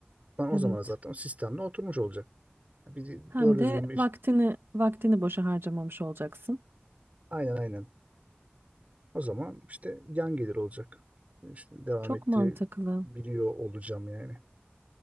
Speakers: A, on the right (about 40°); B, on the right (about 70°).
A: Ben o
B: Evet.
A: zaman zaten o sistemle oturmuş olacak. Bir
B: Hem
A: doğru düzgün
B: de
A: bir iş.
B: vaktini vaktini boşa harcamamış olacaksın.
A: Aynen aynen. O zaman işte yan gelir olacak. İşte devam
B: Çok
A: ettirebiliyor
B: mantıklı.
A: olacağım yani.